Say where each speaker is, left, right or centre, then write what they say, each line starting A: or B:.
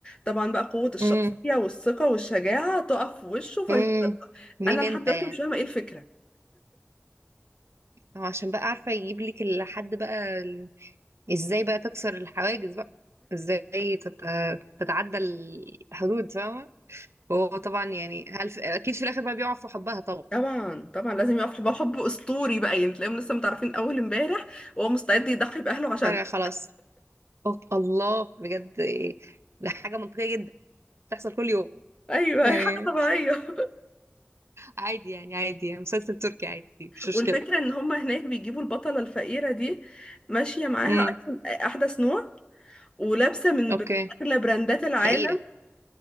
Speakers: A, on the left; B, on the right.
A: طبعا بقى قوة الشخصية
B: امم
A: والثقة والشجاعة تقف في وشه فيصدقها
B: امم مين
A: انا لحد
B: انت
A: دلوقتي
B: يعني
A: مش فاهمة ايه الفكرة
B: هو عشان بقى عارفه يجيب لك لحد بقى ال- ازاي بقى تكسر الحواجز بقى ازاي تت- تتعدى الحدود فاهمه وهو طبعا يعني هل في... اكيد في الاخر بقى بيقع في حبها طبعا
A: طبعا طبعا لازم يقف حب حب اسطوري بقى يعني تلاقيهم لسه متعرفين اول امبارح وهو مستعد يضحي باهله عشانها
B: فجاه خلاص أوه. الله بجد إيه، ده حاجه منطقيه جدا تحصل كل يوم
A: ايوه
B: يعني
A: هي حاجه طبيعيه
B: عادي يعني عادي يعني مسلسل تركي عادي مش
A: <laughs>
B: مشكله
A: والفكره ان هم هناك بيجيبوا البطله الفقيره دي ماشيه معاها
B: امم
A: ايفون احدث نوع ولابسه من
B: اوكي
A: بر- اغلى براندات العالم
B: فقيره